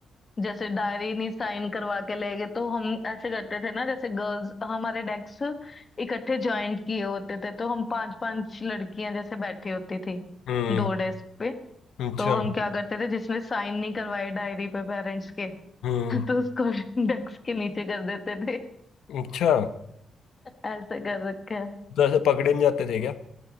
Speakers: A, on the left (about 25°); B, on the left (about 80°).
A: जैसे डायरी नहीं साइन करवा के ले गए तो हम ऐसे करते थे ना जैसे गर्ल्स हमारे डेस्क इकट्ठे ज्वाइंट किए होते थे तो हम पांच पांच लड़कियां जैसे बैठी होती थी
B: हम्म
A: दो डेस्क पे
B: अच्छा
A: तो हम क्या करते थे जिसने साइन नहीं करवाए डायरी पे पेरेंट्स के
B: हम्म
A: <laughs> तो उसको डेस्क के नीचे कर देते थे <laughs>
B: अच्छा
A: ऐसे कर रखा है
B: जैसे पकड़े नहीं जाते थे क्या